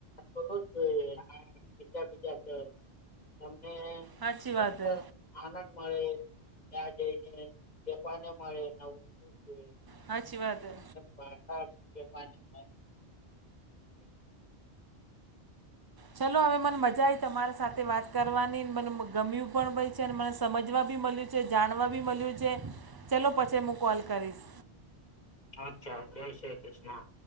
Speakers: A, on the left; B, on the right.
A: <unintelligible> બીજા બીજા અમને
B: સાચી
A: મસ્ત
B: વાત હે,
A: આનંદ મળે ત્યાં જઈને વેપને મળે નવું શીખે
B: હાચી વાત હે
A: વાત હાચી છે પાણી <unintelligible>
B: ચલો હવે મને મજા આઈ તમારી સાથે વાત કરવાની, મને ગમ્યું પણ ભય છે અને મને સમજવા ભી મલ્યું છે જાણવા બી મલ્યુ છે, ચલો પછી હું કોલ કરીશ.
A: અચ્છા જય શ્રી કૃષ્ણ.